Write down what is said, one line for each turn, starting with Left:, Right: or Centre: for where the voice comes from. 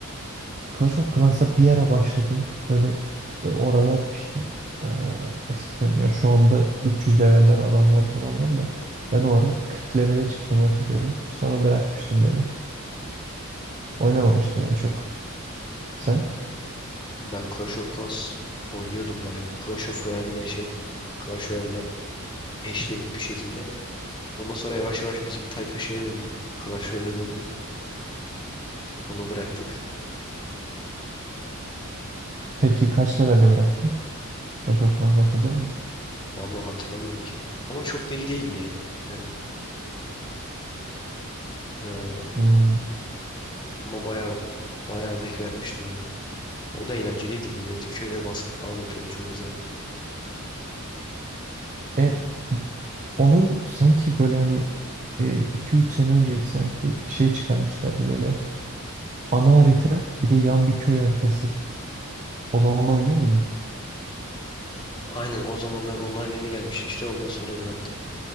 Right: Clash of Clans'a bir ara başladım. Böyle e, oralar işte e, eskiden ya şu anda 300 leveller adamlar falan var da ben o ara 40 levele çıktığımı hatırlıyorum. Sonra bırakmıştım böyle. Oynamamıştım yani çok. Sen?
Left: Ben Clash of Clans oynuyordum bayağı. Clash of Royale'le şey. Clash Royale'le eşlenik bir şekilde Ondan sonra yavaş yavaş bizim tayfa şeye döndü. Clash Royale'e döndü. Onu bıraktık.
Right: Peki kaç levelde bıraktın? Başokulunu hatırlıyor musun?
Left: Vallahi hatırlamıyorum ki. Ama çok da iyi değildi ya. Yani eee,
Right: Hmm.
Left: ama baya baya emek vermiştim oraya. O da eğlenceliydi. Milletin köyüne baskın falan yapıyordu. Çok güzeldi.
Right: E, onun sanki böyle hani 2-3 sene önce sanki şey çıkarmışlardı böyle ana harita bir de yan bir köy haritası. O zamanla oynuyor muydun?
Left: Aynen o zamanlar onlar yeni gelmişti işte ondan sonra bıraktım.